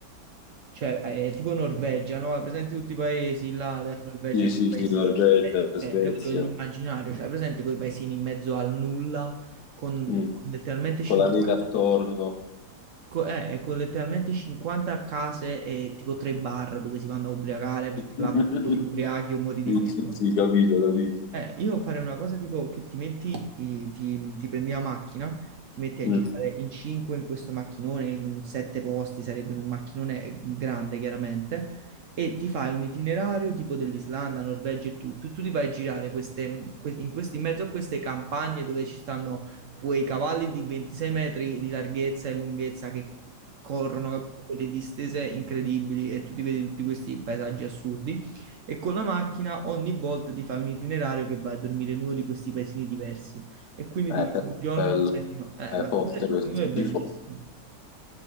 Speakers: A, on the right (about 60°); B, on the left (about 70°).
A: cioè, eh, tipo Norvegia, no? Hai presente tutti i paesi là della Norvegia,
B: Sì,
A: quei
B: sì,
A: paesi,
B: sì, Norvegia,
A: eh, eh,
B: Svezia,
A: capito, dell'immaginario, cioè, hai presente quei paesini in mezzo al nulla, con,
B: Mm.
A: con letteralmente
B: Con
A: 50,
B: la neve attorno.
A: co- eh, eh, con letteralmente 50 case e tipo tre bar dove si vanno a ubriacare, perché
B: <laughs>
A: là o ti ubriachi o muori di
B: Sì,
A: freddo.
B: sì, sì, capito, capito.
A: Eh, io farei una cosa tipo che ti metti, i- ti, ti prendi la macchina, ti metti a
B: Mm.
A: girare in 5 in questo macchinone, in un 7 posti, sarebbe in un macchinone grande chiaramente, e ti fai un itinerario tipo dell'Islanda, Norvegia e tutto, e tu ti vai a girare queste, que- in, questi, in mezzo a queste campagne dove ci stanno quei cavalli di 26 metri di larghezza e lunghezza che corrono, capito? Quelle distese incredibili e tu ti vedi tutti questi paesaggi assurdi. E con la macchina ogni volta ti fai un itinerario che vai a dormire in uno di questi paesini diversi. E quindi
B: Eh,
A: ti vedi
B: è
A: un giorno
B: bello,
A: in un paesino. Eh,
B: è
A: ma
B: forte
A: secondo me,
B: questo,
A: secondo me è bellissimo.
B: sì, fo-